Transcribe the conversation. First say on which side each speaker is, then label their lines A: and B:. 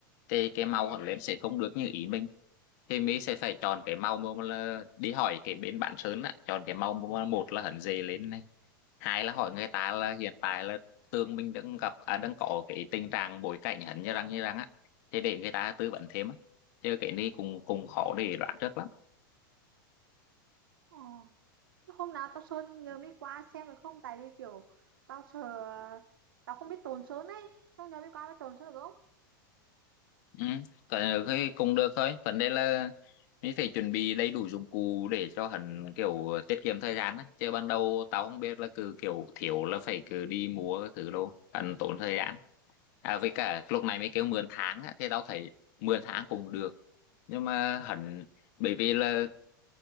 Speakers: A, on the left (about 55°); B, on the right (about 85°).
A: thì cái màu hẳn lên sẽ không được như ý mình thì mi sẽ phải chọn cái màu mà là đi hỏi cái bên bạn sơn á chọn cái màu mà một là hẳn dễ lên hai là hỏi người ta là hiện tại là tường mình đang gặp à, đang có cái tình trạng bối cảnh hắn như răng như răng á thì để người ta tư vấn thêm á chứ cái này cũng cũng khó để đoán trước lắm
B: ờ. Thế hôm nào tao sơn nhờ đi qua xem được không tại vì kiểu tao sợ tao không biết trộn sơn ấy xong nhờ đi qua mới trộn sơn được không
A: ừ. Cái, cái cũng được thôi vấn đề là mình phải chuẩn bị đầy đủ dụng cụ để cho hắn kiểu tiết kiệm thời gian á chứ ban đầu tao không biết là cứ kiểu thiếu là phải cứ đi mua cái thứ đồ hắn tốn thời gian à với cả lúc này mới kêu mượn tháng á thì tao thấy mượn tháng cũng được nhưng mà hắn bởi vì là